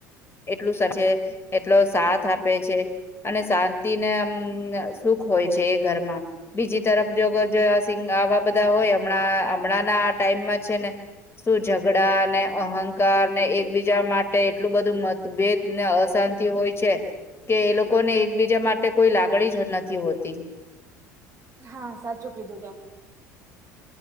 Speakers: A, on the left (about 25°); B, on the right (about 35°).
A: એટલું સર છે એટલો સાથ આપે છે અને શાંતિ ને આમ સુખ હોય છે એ ઘરમાં બીજી તરફ જો આવા બધા હોય હમણાં હમણાંના આ ટાઈમમાં છે ને શું ઝઘડા ને અહંકાર ને એકબીજા માટે એટલું બધું મતભેદ ને અશાંતિ હોય છે કે એ લોકોને એકબીજા માટે કોઈ લાગણી જ નથી હોતી.
B: હા સાચું કીધું તમે.